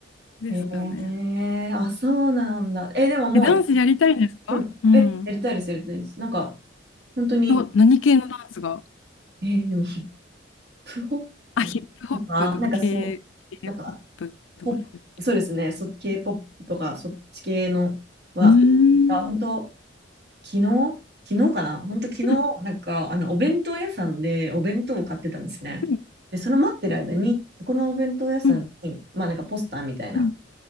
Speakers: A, on the left (about 85°); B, on the right (about 55°).
A: ですかね。
B: へえ、あ、そうなんだ。え、でももう、
A: え、ダンスやりたいんですかうん。
B: うん。え、やりたいです、やりたいです。なんか、本当に、
A: ど何系のダンスが
B: え、でもヒップホップとか、
A: あ、ヒップホップとか
B: なんかそう、
A: K、k p
B: なんか、
A: ップとかそういう。
B: ポップそうですね、そ、k ポップとか、そっち系のは、
A: うーん。
B: あ、本当昨日、昨日かな本当昨日、
A: うん。
B: なんか、あの、お弁当屋さんでお弁当を買ってたんですね。
A: うん。
B: で、その待ってる間に、そこのお弁当屋さんに、
A: うん。
B: まあなんかポスターみたいな、
A: うん。